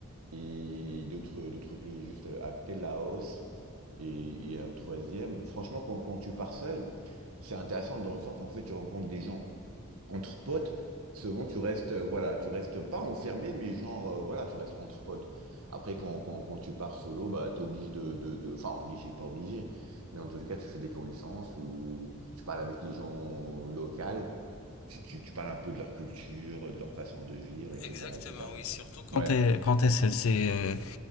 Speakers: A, on the right (about 80°); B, on the left (about 70°).
A: Et d'autres, d'autres pays juste euh, à côté, Laos. Et, et un troisième. Franchement, quand, quand tu pars seul, c'est intéressant dans le sens où en fait, tu rencontres des gens entre potes, souvent tu restes, euh, voilà, tu restes pas enfermé, mais genre, euh, voilà, tu restes entre potes. Après, quand, quand, quand tu pars solo, bah, t'es obligé de, de, de, enfin, obligé, pas obligé, mais en tout cas, tu fais des connaissances ou tu parles avec les gens locaux, tu, tu, tu parles un peu de leur culture, de leur façon de vivre, etc.,
B: Exactement,
A: etc.
B: oui, surtout quand...
A: Ouais,
B: Quand t'es, quand t'es seul, c'est, euh,